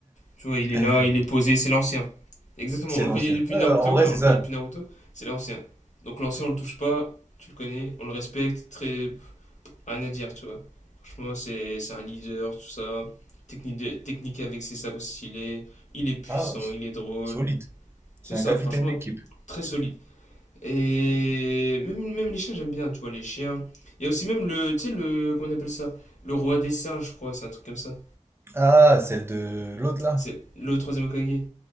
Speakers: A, on the left (about 65°); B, on the right (about 20°).
A: Tu vois, il est
B: <laughs>
A: là, il est posé, c'est l'ancien. Exactement,
B: C'est
A: on
B: l'ancien.
A: le connaît depuis
B: Ouais,
A: Naruto,
B: en vrai,
A: ouais, on
B: c'est
A: le
B: ça.
A: connaît depuis Naruto, c'est l'ancien. Donc l'ancien, on le touche pas, tu le connais, on le respecte, très... Rien à dire, tu vois. Franchement, c'est c'est un leader, tout ça. Technique, de- technique avec ses sabres stylés, il est puissant,
B: Ah, ouais, c'est-
A: il est drôle.
B: solide. C'est
A: C'est
B: un
A: ça,
B: capitaine
A: franchement,
B: d'équipe.
A: très solide. Et même, même les chiens, j'aime bien, tu vois, les chiens. Il y a aussi même le, tu sais, le, comment on appelle ça? Le roi des singes, je crois, c'est un truc comme ça.
B: Ah, celle de l'autre là.
A: C'est le troisième Okage.